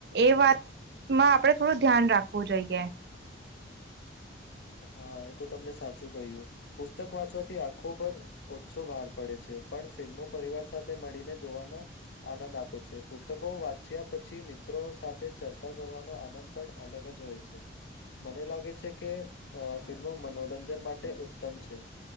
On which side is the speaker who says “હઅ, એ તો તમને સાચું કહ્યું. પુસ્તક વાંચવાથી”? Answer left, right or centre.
Left